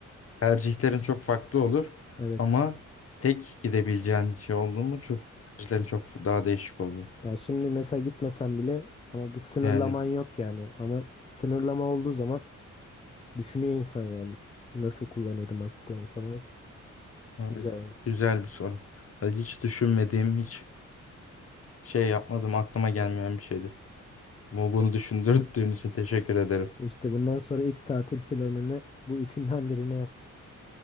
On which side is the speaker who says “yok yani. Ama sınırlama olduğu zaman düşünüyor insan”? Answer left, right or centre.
Left